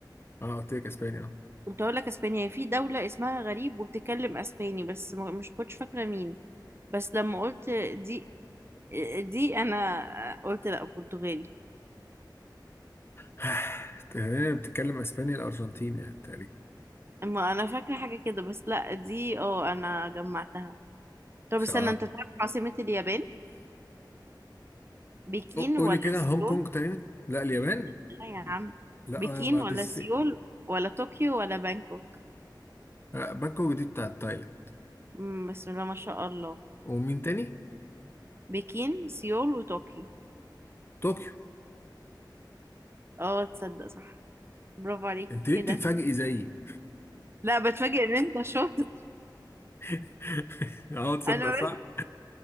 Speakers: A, on the left; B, on the right.
A: اه قلت لك اسباني اه
B: كنت اقول لك اسبانيا هي في دولة اسمها غريب وبتتكلم اسباني بس ما- مش كنتش فاكرة مين بس لما قلت دي دي انا قلت لا برتغالي
A: <sighs> تقريبا بتتكلم اسباني الارجنتين يعني تقريبا
B: اما انا فاكره حاجه كده بس لا دي اه انا جمعتها طب
A: شاط
B: استنى انت تعرف عاصمه اليابان بكين
A: قولي
B: ولا
A: كده
B: سيول
A: هونج كونج تقريبا لا اليابان
B: لا يا عم
A: لا
B: بكين
A: آه، ما دي
B: ولا
A: الصين
B: سيول ولا طوكيو ولا بانكوك
A: لا، بانكوك دي بتاعت تايلاند
B: مم، بسم الله ما شاء الله
A: ومين تاني؟
B: بكين سيول وطوكيو
A: طوكيو
B: اه تصدق صح برافو عليك
A: انت ليه
B: ايه
A: بتتفاجئي
B: ده
A: زيي؟
B: لا بتفاجئ ان انت شاطر
A: <laughs>
B: <laughs>
A: اه تصدق
B: انا بس
A: صح؟